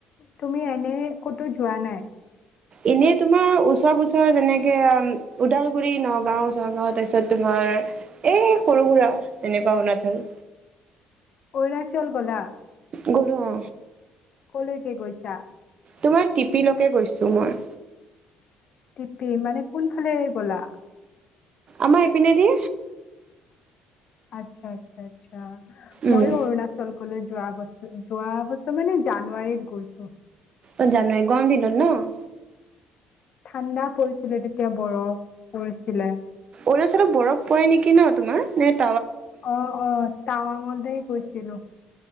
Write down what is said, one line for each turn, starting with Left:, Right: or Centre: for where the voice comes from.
Left: তুমি এনে ক'তো যোৱা নাই।
Right: এনে তোমাৰ ওচৰ পুছৰৰ যেনেকে ওদালগুৰি, নগাঁও, চগাঁও তাৰপিছত তোমাৰ এই সৰু-সুৰা এনেকুৱা অৰুণাচল।
Left: অৰুণাচল গ'লা?
Right: গ'লোঁ।
Left: কলৈকে গৈছা?
Right: তোমাৰ টিপিলৈকে গৈছোঁ মই।
Left: টিপি মানে কোনফালে গ'লা?
Right: আমাৰ এপিনে দি।
Left: আচ্ছা, আচ্ছা, আচ্ছা। অ',
Right: উম
Left: ময়ো অৰুণাচল কলৈ যোৱা বছৰ, যোৱা বছৰ মানে জানুৱাৰীত গৈছোঁ।
Right: অ', জানুৱাৰীত গৰম দিনত ন'।
Left: ঠাণ্ডা পৰিছিলে তেতিয়া বৰফ। পৰিছিলে।
Right: অৰুণাচলত বৰফ পৰে নেক কি নো তোমাৰ নেট?
Left: অ', অ', টাৱাঙলৈ গৈছিলোঁ।